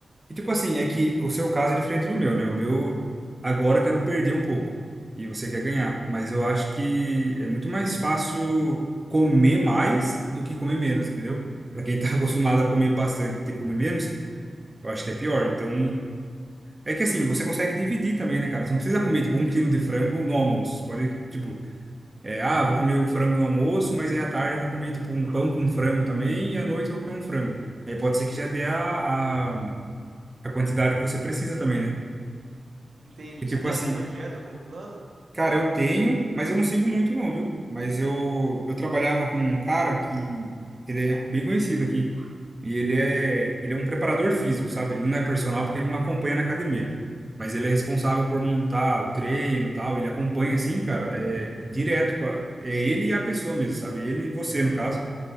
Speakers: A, on the right (about 25°); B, on the right (about 70°).
A: E tipo assim, é que o seu caso é diferente do meu, né? O meu agora eu quero perder um pouco e você quer ganhar, mas eu acho que é muito mais fácil comer mais do que comer menos, entendeu? Pra quem tá <laughs> acostumado a comer bastante e ter que comer menos, eu acho que é pior. Então, é que assim, você consegue dividir também, né, cara? Você não precisa comer tipo um quilo de frango no almoço. Você Pode, tipo, é, ah, vou comer o frango no almoço, mas aí à tarde eu vou comer tipo um pão com frango também e à noite eu vou comer um frango. Aí pode ser que já dê a, a a quantidade que você precisa também, né?
B: entendi.
A: E tipo
B: Você tem
A: assim,
B: alguma dieta como plano?
A: cara, eu tenho, mas eu não sigo muito não, viu? Mas eu eu trabalhava com um cara que ele é bem conhecido aqui e ele é ele é um preparador físico, sabe? Ele não é personal porque ele não acompanha na academia, mas ele é responsável por montar o treino, e tal, ele acompanha assim, cara, é direto com a- é ele e a pessoa mesmo, sabe? Ele e você no caso.